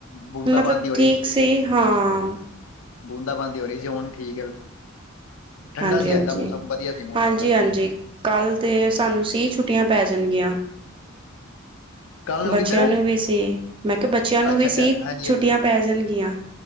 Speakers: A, on the left (about 70°); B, on the right (about 25°).
A: ਬੂੰਦਾ
B: ਮਤਲਬ
A: ਬਾਂਦੀ ਹੋ
B: ਠੀਕ ਸੀ ਹਾਂ
A: ਬੂੰਦ ਬਣਦੀ ਹੋ ਰਹੀ ਸੀ ਹੁਣ ਠੀਕ ਹੈ ਠੰਡਾ
B: ਹਾਂਜੀ
A: ਸੀ
B: ਹਾਂਜੀ
A: ਅੱਜ ਦਾ ਮੌਸਮ ਵਧੀਆ ਸੀ ਮੌਸਮ
B: ਹਾਂਜੀ
A: ਅੱਜ
B: ਹਾਂਜੀ
A: ਦਾ
B: ਕੱਲ ਤੇ ਸਾਨੂੰ ਸਹੀ ਛੁੱਟੀਆਂ ਪੈ ਜਾਣਗੀਆਂ
A: ਕੱਲ
B: ਬੱਚਿਆਂ
A: ਕਿੱਧਰ
B: ਨੂੰ ਵੀ ਸੀ ਮੈਂ ਕਿਹਾ ਬੱਚਿਆਂ ਨੂੰ
A: ਅੱਛਾ
B: ਵੀ
A: ਅੱਛਾ
B: ਸੀ
A: ਹਾਂਜੀ
B: ਛੁੱਟੀਆਂ
A: ਹਾਂਜੀ
B: ਪੈ ਜਾਣਗੀਆਂ